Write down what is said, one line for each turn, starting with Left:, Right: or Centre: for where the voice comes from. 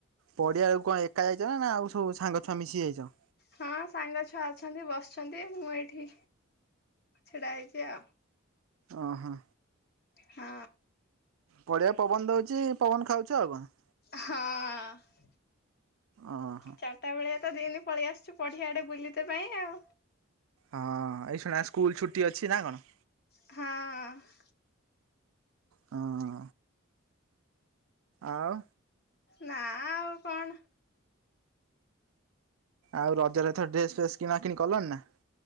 Right: ପଡିଆକୁ କଣ ଏକା ଯାଇଛ ନା ଆଉ ସବୁ ସାଙ୍ଗଛୁଆ ମିଶି ଯାଇଛ?
Left: ହଁ ସାଙ୍ଗ ଛୁଆ ଅଛନ୍ତି ବସିଛନ୍ତି ମୁଁ ଏଇଠି ଛିଡା ହେଇଛି ଆଉ।
Right: ଓହୋ।
Left: ହଁ।
Right: ବଢ଼ିଆ ପବନ ଦଉଛି ପବନ ଖାଉଛି ଆଉ କଣ।
Left: ହଁ।
Right: ଓହୋ।
Left: ଚାରିଟା ବେଳେ ତ ଦିନ ପଳେଇ ଆସୁଛୁ ପଢିଆଡେ ବୁଲିିତେ ପାଇଁ ଆଉ।
Right: ହଁ ଏଇ ଶୁଣା ସ୍କୁଲ ଛୁଟି ଅଛି ନା କଣ?
Left: ହଁ।
Right: ହଁ। ଆଉ
Left: ନା ଆଉ କଣ।
Right: ଆଉ ରଜରେ ଏଥର ଡ୍ରେସ ଫେସ କିଣା କିଣି କଲଣି ନା?